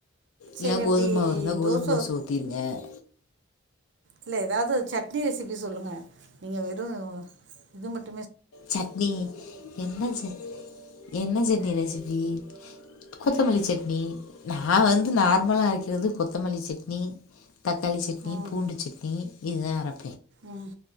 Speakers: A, on the left; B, on the right.
A: இல்ல
B: சரி
A: கோதும
B: அப்படி
A: மாவு இருந்தா கோதும
B: தோசை
A: தோச ஊத்திருங்க. <inaudible>
B: இல்ல எதாவது சட்னி ரெசிபி சொல்லுங்க. நீங்க வெறு ம் இது மட்
A: சட்னி என்ன சட் என்ன சட்னி ரெசி பி கொத்தமல்லிச்சட்னி நா வந்து நார்மலா அரைக்கறது கொத்தமல்லிச் சட்னி தக்காளி சட்னி
B: ம்
A: பூண்டு சட்னி இதா அரப்
B: ம்